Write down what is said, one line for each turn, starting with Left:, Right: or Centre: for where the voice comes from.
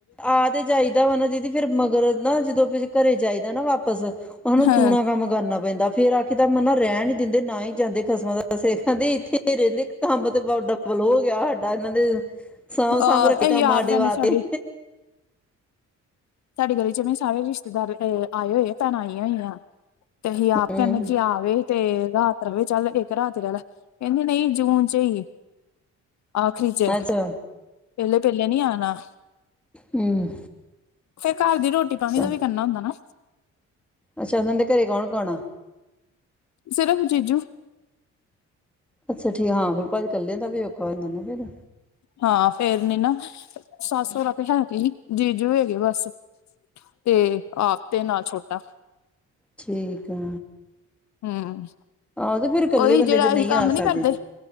Centre: ਆਹ ਤੇ ਜਾਈਦਾ ਦੀਦੀ ਤੇ ਫਿਰ ਮਗਰੋਂ ਨਾ ਜਦੋਂ ਘਰੇ ਜਾਈਦਾ ਨਾ ਵਾਪਸ ਉਹਨੂੰ
Left: ਹਾਂ
Centre: ਦੂਣਾ ਕੰਮ ਕਰਨਾ ਪੈਂਦਾ ਫੇਰ ਆਖੀਦਾ ਮਨਾਂ ਰਹਿਣ ਨਾ ਹੀ ਜਾਂਦੇ ਖਸਮਾਂ ਦਾ ਸਿਰ ਖਾਦੇ ਇੱਥੇ ਫਿਰ ਕਹਿੰਦੇ ਕੰਮ ਤੇ ਡਬਲ ਹੋ ਗਿਆ ਸਾਡਾ ਇਹਨਾਂ ਦੇ ਸਾਂਭ
Left: ਅ
Centre: ਸਾਂਭ ਰੱਖੇ ਕੰਮ
Left: ਅਸੀਂ ਆਪ
Centre: ਸਾਡੇ
Left: ਕਹਿੰਦੇ
Centre: ਵਾਸਤੇ
Left: ਸਾਡੀ ਸਾਡੇ ਗਲੀ ਚਿਵੇਂ ਸਾਰੇ ਰਿਸ਼ਤੇਦਾਰ ਆਏ ਹੋਏ ਆ ਭੈਣਾਂ ਆਈਆਂ ਹੋਈਆਂ ਤੇ ਅਸੀਂ ਆਪ
Centre: ਹੂੰ
Left: ਕਹਿੰਦੇ ਕੀ ਆਵੇ ਤੇ ਰਾਤ ਰਵੇ ਚੱਲ ਇੱਕ ਰਾਤ ਰਹਿ ਲਾ ਕਹਿੰਦੀ ਨਹੀਂ ਜੂਨ ਚੋ, ਹੀ ਆਖਰੀ ਚ,
Centre: ਅੱਛਾ
Left: ਪਹਿਲੇ ਪਹਿਲੇ ਨੀ ਆਉਣਾ
Centre: ਹੂੰ
Left: ਫਿਰ ਘਰ ਦੀ ਰੋਟੀ ਪਾਣੀ
Centre: ਚ
Left: ਦਾ ਵੀ ਕਰਨਾ ਹੁੰਦਾ ਨਾ
Centre: ਅੱਛਾ ਉਹਨਾਂ ਦੇ ਘਰੇ ਕੌਣ ਕੌਣ ਆ!
Left: ਸਿਰਫ ਜੀਜੂ
Centre: ਅੱਛਾ ਠੀਕ ਹਾਂ ਫਿਰ ਭਾਜੀ ਕੱਲਿਆਂ ਦਾ ਵੀ ਔਖਾ ਇਹਨਾਂ ਨੂੰ ਫਿਰ
Left: ਹਾਂ ਫੇਰ ਨਾ ਸੱਸ ਸਹਰਾ ਤੇ ਹੈ ਨਹੀਂ ਕਿ ਹੀ ਜੀਜੂ ਹੈਗੇ ਬਸ ਤੇ ਆਪ ਤੇ ਨਾਲ ਛੋਟਾ
Centre: ਠੀਕ ਆ!
Left: ਹੂ
Centre: ਆਹੋ ਤੇ ਫਿਰ ਇਕੱਲੇ
Left: ਉਹੀ
Centre: ਬੰਦੇ
Left: ਜਿਹੜਾ
Centre: ਫਿਰ ਨਹੀਂ
Left: ਅਹੀ ਕੰਮ
Centre: ਆ ਸਕਦੇ
Left: ਨੀ ਕਰਦੇ